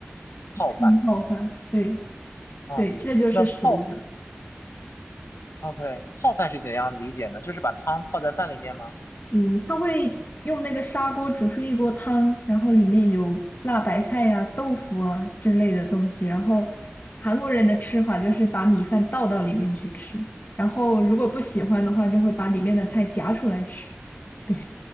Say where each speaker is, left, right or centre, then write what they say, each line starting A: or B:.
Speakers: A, on the left (about 80°); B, on the left (about 45°).
A: 泡饭
B: 嗯，泡饭。对
A: 啊。
B: 对，这就是熟的。
A: 那泡，OK，泡饭是怎样理解呢？就是把汤泡在饭里面吗？
B: 嗯，他会用那个砂锅煮出一锅汤，然后里面有辣白菜呀、豆腐啊之类的东西。然后韩国人的吃法就是把米饭倒到里面去吃，然后如果不喜欢的话，就会把里面的菜夹出来吃。<laughs> 对，